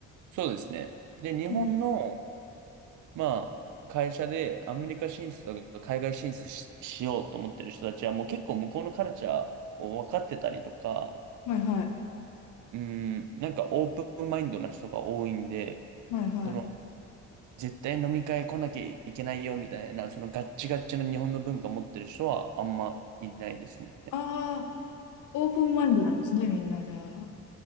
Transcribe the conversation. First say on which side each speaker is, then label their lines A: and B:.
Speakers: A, on the right; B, on the left.
A: そうですね。で、日本の、
B: うん。
A: まあ、会社でアメリカ進出とか海外進出し、しようと思ってる人たちはもう結構向こうのカルチャーを分かってたりとか、
B: はいはい。
A: うん、なんかオープンマインドな人が多いんで、
B: はいはい。
A: その絶対飲み会来なきゃいけないよみたいな、そのガッチガチの日本の文化を持ってる人はあんまいないですね。
B: ああ、オープンマインドなんですね、みんなじゃあ。